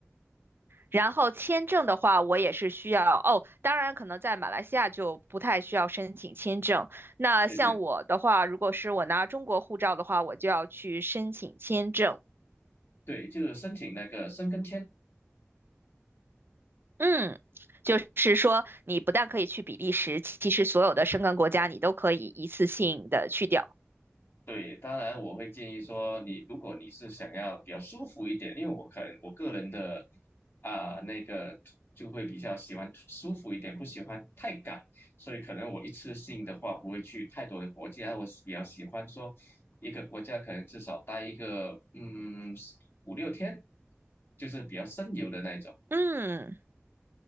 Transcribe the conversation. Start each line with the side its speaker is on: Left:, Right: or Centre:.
Right: 然后签证的话，我也是需要哦。当然，可能在马来西亚就不太需要申请签证。那像我的话，
Left: 对对
Right: 如果是我拿中国护照的话，我就要去申请签证。
Left: 对，就是申请那个申根签。
Right: 嗯，就是说你不但可以去比利时，其实所有的申根国家你都可以一次性的去掉。
Left: 对，当然我会建议说你，如果你是想要比较舒服一点，因为我可能我个人的啊、那个就会比较喜欢舒服一点，不喜欢太赶，所以可能我一次性的话不会去太多的国家，我比较喜欢说一个国家可能至少待一个嗯五六天，就是比较深游的那一种。
Right: 嗯。